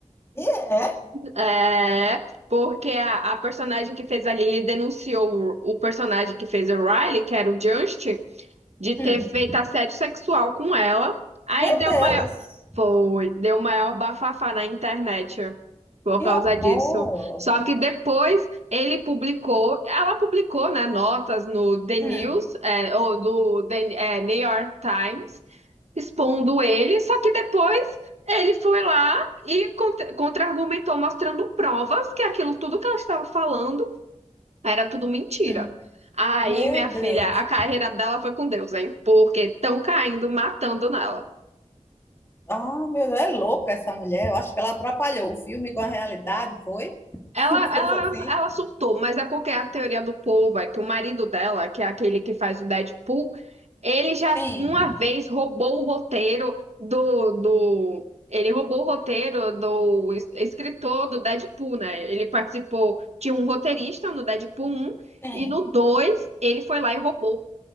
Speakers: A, on the left; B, on the right.
A: E é.
B: É, porque a, a personagem que fez a Lily denunciou o, o personagem que fez o Riley, que era o Justin, de ter
A: Hum.
B: feito assédio sexual com ela. Aí
A: Meu
B: deu
A: Deus,
B: maior. Foi, deu maior bafafá na internet por
A: que
B: causa
A: horror.
B: disso. Só que depois ele publicou, ela publicou, né, notas no The
A: Hum,
B: News, é, ou do The, é, New York Times, expondo ele. Só que depois ele foi lá e contra- contra-argumentou, mostrando provas que aquilo tudo que ela estava falando era tudo mentira.
A: hum.
B: Aí,
A: Meu
B: minha filha,
A: Deus.
B: a carreira dela foi com Deus, hein? Porque estão caindo, matando nela.
A: Ah, meu Deus, é louca essa mulher. Eu acho que ela atrapalhou o filme com a realidade, foi?
B: Ela,
A: <laughs> Uma coisa
B: ela,
A: assim.
B: ela surtou, mas é porque a teoria do povo é que o marido dela, que é aquele que faz o Deadpool, ele já
A: Sim,
B: uma vez roubou o roteiro do, do... Ele roubou o roteiro do es- escritor do Deadpool, né? Ele participou, tinha um roteirista no Deadpool um
A: sim.
B: e no 2 ele foi lá e roubou